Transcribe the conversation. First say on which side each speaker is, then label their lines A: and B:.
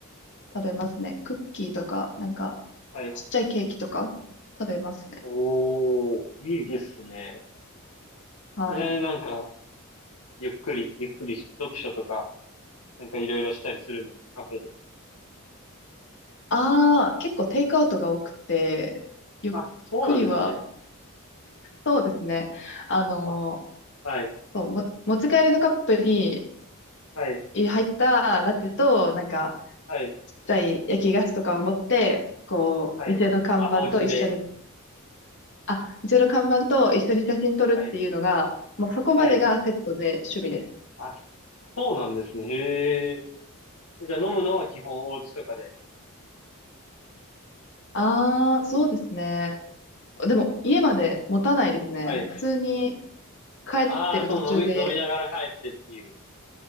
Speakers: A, on the left (about 55°); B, on the left (about 80°).
A: 食べますね。クッキーとか、なんか、
B: はい。
A: ちっちゃいケーキとか、食べますね。
B: おー、いいですね。
A: はい。
B: え、なんか、ゆっくり、ゆっくり読書とか、なんかいろいろしたりするんですかカフェで。
A: ああ、結構テイクアウトが多くて、ゆっくりは、
B: あ、そうなんですね。
A: そうですね。あの
B: あ、はい、
A: そう、も、持ち帰りのカップに
B: はい、
A: い入ったラテと、なんか、
B: はい、
A: ちっちゃい焼き菓子とかを持って、こう、
B: はい。
A: 店の看板と一緒に
B: あ、お家で。
A: あ、うちの看板と一緒に写真撮るっていうのが、
B: はい、
A: もうそこまでがセットで趣味です。
B: はい。あ、そうなんですね。へえ。えじゃあ飲むのは基本お家とかで。
A: ああ、
B: う、
A: そうですね。
B: ん
A: でも家まで持たないですね。
B: はい。
A: もう普通に帰ってる途中で、
B: ああ、そう、飲み、飲みながら帰ってっていう。